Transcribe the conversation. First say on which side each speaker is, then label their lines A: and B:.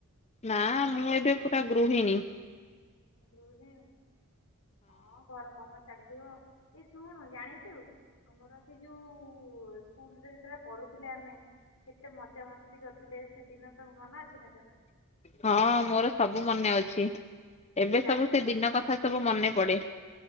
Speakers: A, on the left; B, on the left.
A: ନା ମୁଁ ଏବେ ପୁରା ଗୃହିଣୀ।
B: ରହୁଛିଣ ହଁ ଘର କାମ ଚାଲିଥିବ ଏ ଶୁଣୁ ଜାଣିଛୁ ଆମର ସେଇ ଯୋଉ ସ୍କୁଲରେ ଯେତେବେଳେ ପଢୁଥିଲେ ଆମେ କେତେ ମଜା ମସ୍ତି କରିଥିଲେ ସେ ଦିନ ସବୁ ମନ ଅଛି ନା ତାର
A: ହଁ ମୋର ସବୁ ମନେ ଅଛି ଏବେ
B: ଜାଣିଛୁ?
A: ସବୁ ସେ ଦିନ କଥା ସବୁ ମନେ ପଡେ।